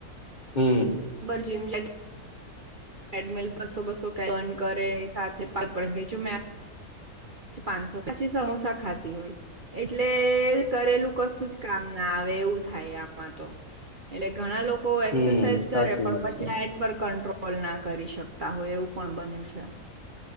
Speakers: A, on the left; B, on the right.
A: હમ્મ.
B: Gym jet. ટ્રેડમિલ બસો બસો કેલરી બન કરે સાથે પણ <unintelligible> પાંચસો પછી સમોસા ખાતી હોય એટલે કરેલું કશું જ કામ ના આવે. એવું થાય આમાં તો એટલે ઘણા લોકો
A: હમ
B: એક્સરસાઇઝ કરે
A: સાચી
B: પણ
A: વાત
B: પછી
A: છે
B: ડાયટ પર કંટ્રોલ કોલ ના કરી શકતા હોય એવું પણ બને છે.